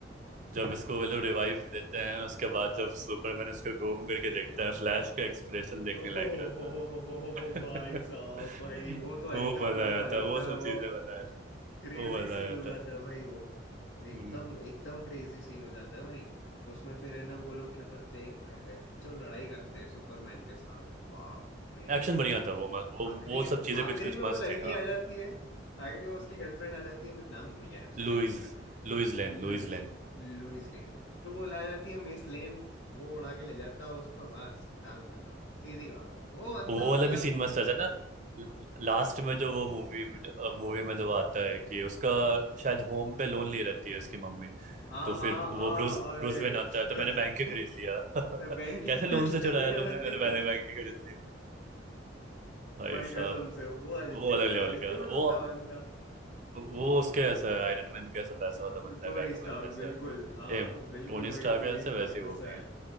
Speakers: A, on the right; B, on the left.
A: जब इसको
B: भाई
A: वो लोग रिवाइव देते हैं उसके बाद जब सुपरमैन उसको घूम करके देखता है फ्लैश का एक्सप्रेशन देखने
B: ओहो
A: लायक
B: हो
A: रहता
B: हो हो हो हो हो हो,
A: है
B: हो, भाई साहब
A: <laughs>
B: भाई
A: वो
B: वो तो अल्टीमेट
A: मजा
B: मजा
A: आया
B: आ
A: था
B: जाता
A: वो सब
B: है वो
A: चीजें मजा आया था
B: क्रेजी
A: वो मजा
B: सीन
A: आया
B: हो जाता
A: था
B: है भाई वो एकदम
A: हम्म
B: एकदम क्रेजी सीन हो जाता है भाई उसमें फिर है ना वो लोग क्या करते हैं आय हाय जो लड़ाई करते हैं सुपरमैन के साथ बाप रे
A: एक्शन बढ़िया था वो मस्त वो
B: आखिरी
A: वो सब चीजें
B: आखिरी
A: कुछ कुछ
B: में
A: मस्त
B: वो लड़की
A: थी हाँ
B: आ जाती है आखिरी में उसकी गर्लफ्रेंड आ जाती है मैं नाम भूल गया है उसके
A: Lois
B: गर्लफ्रेंड का
A: Lois
B: Lois
A: Lane Lois Lane
B: Lois Lane तो वो ला जाती है मिस लेन वो उड़ा के ले जाता है उसको बस काम खत्म सीधी बात वो बंदा
A: वो वाला
B: मतलब
A: भी सीन मस्त था था ना लास्ट में जो वो मूवी मूवी में जो वो आता है कि उसका शायद होम पे लोन ले रहती है उसकी मम्मी
B: हाँ
A: तो फिर
B: हाँ
A: वो
B: हाँ
A: ब्रूस
B: अरे
A: ब्रूस वेन आता
B: <laughs>
A: है तो मैंने बैंक के खरीद लिया <laughs>
B: बैंक ही
A: कैसे
B: खरीद
A: लोन
B: लिया
A: से चुराया तुमने मैंने मैंने बैंक
B: <laughs>
A: के खरीद लिया भाई
B: भाई
A: साहब
B: कसम से वो अल्टीमेट
A: वो अलग लेवल
B: अल्टीमेट
A: का वो
B: होता बंदा
A: वो उसके ऐसा है आयरन मैन के ऐसा वैसा वाला बंदा
B: टोनी
A: है बैटमैन
B: स्टार्क
A: जैसा
B: बिल्कुल हाँ
A: सेम
B: बिल्कुल
A: टोनी
B: भाई
A: स्टार्क
B: टोनी
A: है ऐसे
B: स्टार्क
A: वैसे ही
B: जैसा
A: वो भी
B: है
A: है